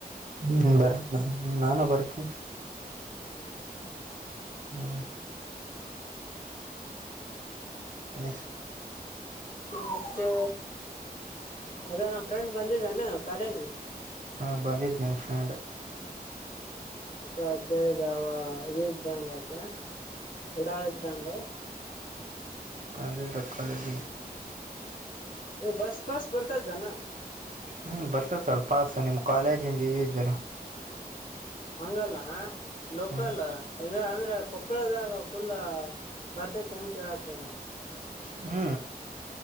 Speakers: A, on the right; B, on the left.
A: ಹ್ಮ್ ಬರ್ತ ನಾನ ಬರ್ತೇ
B: ಹ್ಮ್
A: ಹ ಮ
B: ಮತ್ತೆ ಅದ ನಾ ಫ್ರೆಂಡ್ ಬಂದಿದ್ದಾನ ಕಾಲೇಜ್
A: ಹಾ ಬಂದಿದ್ದ್ ನ್ಯೂಸಲೆಂಡ್
B: ಅ ಕೇಳಿದಾವ ಇದ ಇದ್ದಂಗತ್ತ ಉಡಾಳದ್ದಂಗ
A: ಪ ತಕ್ಕಲ್ಲಿ
B: ಬಸಪಾಸ ಪಡ್ತ ಜಾನ
A: ಹ್ಮ್ ಬರ್ತದ ಅಲ್ ಪಸ್ ನಿಮ ಕಾಲೇಜಿಂದ ಇದಿದ್ದೇರ
B: ಹಂಗಲ್ಲ ಲೋಕಲ್ಲ
A: ಹ್ಮ್
B: ಇ ಅಂದ ಕೊಪ್ಪಳದಾಗ ಫುಲ್ ಬರ್ತೈತೆ ಅನ್ ಕೇಳತೇನ
A: ಹ್ಮ್